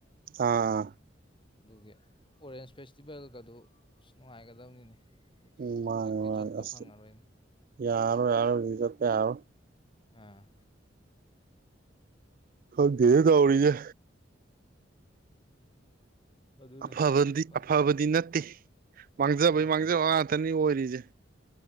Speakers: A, on the right; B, on the left.
A: ꯑꯥ
B: ꯑꯗꯨꯒꯤ ꯑꯣꯔꯦꯟꯁ ꯐꯦꯁꯇꯤꯚꯦꯜꯒꯗꯨ ꯑ ꯅꯨꯡꯉꯥꯏꯒꯗꯕꯅꯤꯅꯦ
A: ꯎꯝ ꯃꯥꯅꯦ
B: ꯍꯧꯖꯤꯛꯇꯤ
A: ꯃꯥꯉꯦ
B: ꯆꯠꯄ
A: ꯑꯁ
B: ꯐꯪꯉꯔꯣꯏꯅꯦ
A: ꯌꯥꯔꯣ ꯌꯥꯔꯣ ꯇ ꯌꯥꯔꯣ
B: ꯑ
A: ꯍꯒꯦ ꯇꯧꯔꯤꯖꯦ
B: ꯑꯗꯨꯅꯤ
A: ꯑꯐꯕꯗꯤ
B: ꯈꯪꯗꯦ
A: ꯑꯐꯕꯗꯤ ꯅꯠꯇꯦ ꯃꯥꯡꯖꯕꯩ
B: ꯅꯠꯇꯦꯗ
A: ꯃꯥꯡꯖꯕ
B: ꯀꯩꯅꯣ
A: ꯉꯥꯛꯇꯅꯤ ꯑꯣꯏꯔꯤꯁꯦ